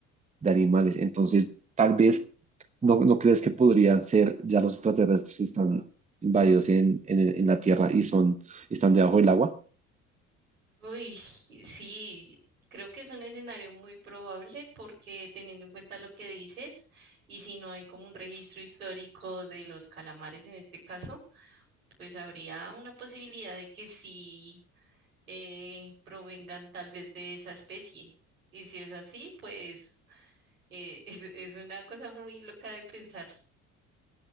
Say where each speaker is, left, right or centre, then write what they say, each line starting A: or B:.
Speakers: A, on the right (about 15°); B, on the right (about 80°).
A: de animales. Entonces, tal vez, ¿no, no crees que podrían ser ya los extraterrestres que están invadidos en, en, en la Tierra y son, están debajo del agua?
B: Uy, sí, creo que es un escenario muy probable porque teniendo en cuenta lo que dices, y si no hay como un registro histórico de los calamares en este caso, pues habría una posibilidad de que sí. eh, provengan tal vez de esa especie. Y si es así, pues eh, <laughs> es, es una cosa muy loca de pensar.